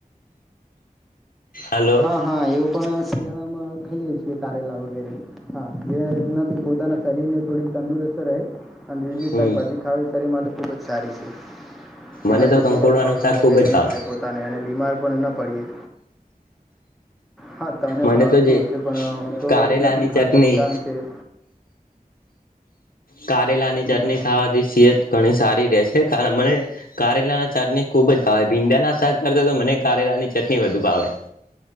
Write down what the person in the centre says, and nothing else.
હા હા એવું પણ શિયાળામાં ખાઈએ છીએ કારેલા વગેરે હા પોતાના શરીર ને થોડીક તંદુરસ્ત રહે અને લીલી
શાકભાજી ખાવી શરીર માટે ખૂબજ સારી છે તેનાથી
કોઈ પણ પ્રોબ્લેમ
વગેરે
ના થાય પો તાને એને બીમાર પણ ન પડીએ હા, તમને
ભાવતું
હશે, પણ હું તો
નથી ખાતો,
કારણ કે <inaudible>
હમ
હમ